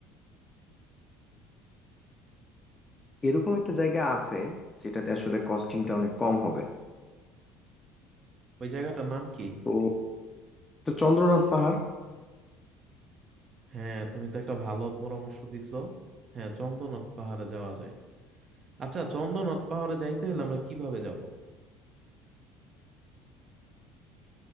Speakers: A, on the left; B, on the right.
A: এরকম একটা জায়গা আছে যেটাতে আসলে কস্টিংটা অনেক কম হবে
B: ওই জায়গাটার নাম কি
A: তো তো চন্দ্রনাথ পাহাড়
B: হ্যাঁ তুমি তো একটা ভালো পরামর্শ দিছো হ্যাঁ চন্দ্রনাথ পাহাড়ে যাওয়া যায় আচ্ছা চন্দ্রনাথ পাহাড়ে যাইতে হলে আমরা কিভাবে যাব